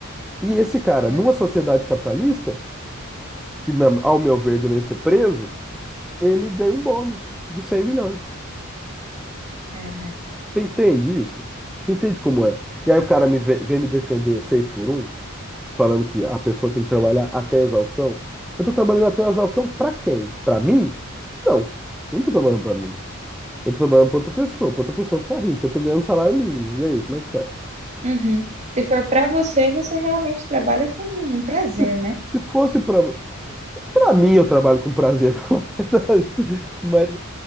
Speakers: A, in the centre; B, on the right.
A: E esse
B: Caraca,
A: cara, numa sociedade capitalista, que na- ao meu ver deveria ser preso, ele ganha um bônus de 100 milhões.
B: cara.
A: Você entende isso? Você entende como é? E aí o cara me vem, vem me defender seis por um? falando que a pessoa tem que trabalhar até a exaustão. Eu tô trabalhando até a exaustão pra quem? Pra mim? Não, eu não tô trabalhando pra mim. Eu tô trabalhando pra outra pessoa, pra outra pessoa ficar rica. Eu tô ganhando um salário mínimo. E aí, como é que faz?
B: Uhum. Se for pra você, você realmente trabalha com prazer,
A: Se,
B: né?
A: se fosse pra, pra mim, eu trabalho com prazer, <laughs> pra verdade. Mas